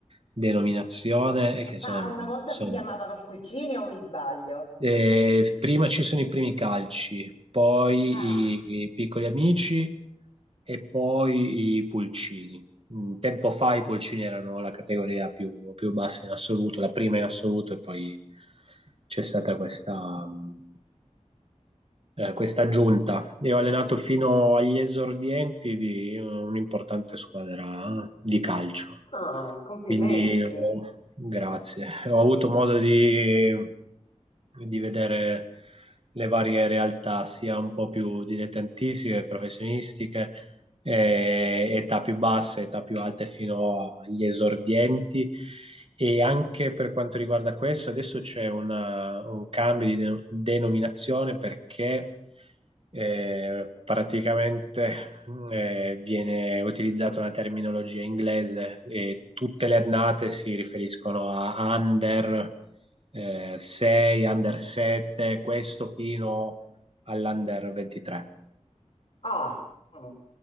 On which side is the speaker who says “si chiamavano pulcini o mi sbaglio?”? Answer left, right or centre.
Left